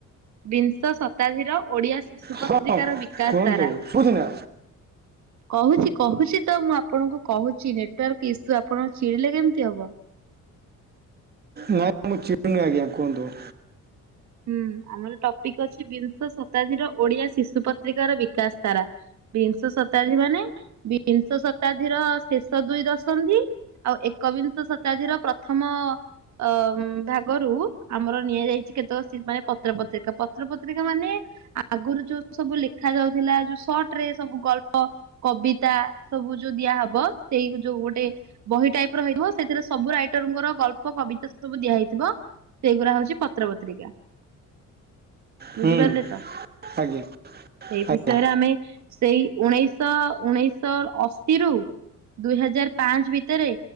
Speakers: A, on the right (about 65°); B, on the right (about 30°).
A: ବିଂଶ ଶତାଧିର ଓଡିଆ ଶିଶୁ
B: ହଁ
A: ପତ୍ରିକାର ବିକାଶ
B: କୁହନ୍ତୁ
A: ଧାରା
B: ଶୁଭୁଚିନା।
A: କହୁଛି, କହୁଛି ତ ମୁଁ ଆପଣଙ୍କୁ କହୁଛି ନେଟୱାର୍କ ଇସ୍ୟୁ ଆପଣଙ୍କୁ ଛିଡିଲେ କେମିତି ହବ।
B: ନାଇଁ ମୁଁ ଚିଡୁନି ଆଜ୍ଞା କୁହନ୍ତୁ।
A: ହୁଁ ଆମର ଟପିକ ଅଛି ବିଂଶ ଶତା୍ଦୀ ର ଓଡିଆ ଶିଶୁ ପତ୍ରିକାର ବିକାଶ ତାରା। ବିଂଶ ଶତାବ୍ଦୀ ମାନେ ବିଂଶ ଶତାବ୍ଦୀର ଶେଷ ଦୁଇ ଦଶନ୍ଧି ଆଉ ଏକବିଂଶ ଶତାବ୍ଦୀର ପ୍ରଥମ ଅ ଭାଗରୁ ଆମର ନିଆଯାଇଛି କେତେକ ମାନେ ପତ୍ର ପତ୍ରିକା ପତ୍ର ପତ୍ରିକା ମାନେ? ଆଗୁରୁ ଯୋଉ ସବୁ ଲେଖା ଯାଉଥିଲା ଯୋଉ ସଟରେ ସବୁ ଗଳ୍ପ କବିତା ସବୁ ଯୋଉ ଦିଆ ହବ ସେଇ ଯୋଉ ଗୋଟେ ବହି ଟାଇପ ର ହେଇଥିବ ସେଥିରେ ସବୁ ରାଇଟରଙ୍କର ଗଳ୍ପ କବିତା ସବୁ ଦିଆହେଇଥିବ। ସେଇଗୁରା ହଉଛି ପତ୍ର ପତ୍ରିକା
B: ହୁଁ
A: ବୁଝିପାରିଲେ ତ।
B: ଆଜ୍ଞା
A: ସେଇ ବିଷୟରେ
B: ଆଜ୍ଞା
A: ଆମେ ସେଇ ଉଣେଇଶଶହ, ଉଣେଇଶଶହ ଅଶିରୁୁ ଦୁଇ ହଜାର ପାଞ୍ଚ ଭିତରେ